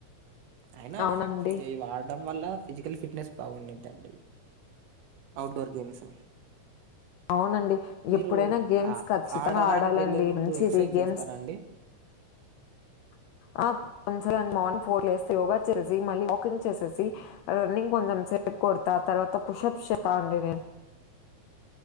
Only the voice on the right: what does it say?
అయినా
ఇగ ఇవి ఆడడం మళ్ళ ఫిజికల్ ఫిట్నెస్ బాగుండిద్దండి అవుట్డోర్ గేమ్స్
మీరు
ఆ
ఆడడానికి
వెళ్లే ముందు
ఎక్సర్సైజ్
చేస్తారా అండి